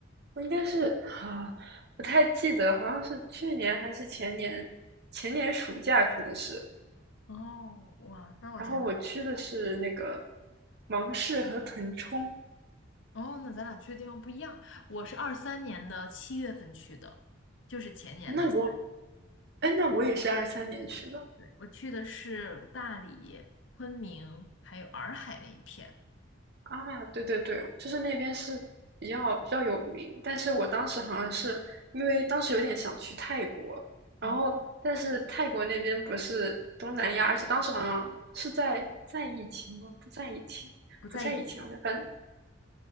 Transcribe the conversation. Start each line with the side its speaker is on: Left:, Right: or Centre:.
Right: 我应该是啊，不太记得了，好像是去年还是前年，前年暑假可能是。
Left: 哦，哇，那我觉得，
Right: 然后我去的是那个芒市和腾冲，
Left: 哦，那咱俩去的地方不一样。我是二三年的七月份去的，就是前年的夏天。
Right: 诶那我，哎，那我也是二三年去的，
Left: 对，我去的是大理、昆明还有洱海那一片。
Right: 啊，对对对，就是那边是比较比较有名，但是我当时好像是因为当时有点想去泰国，然后但是泰国那边不是东南亚，
Left: 哦，
Right: 而且当时好像是在在疫情吗？不在疫情，
Left: 不在一起。
Right: 不在疫情，好像反正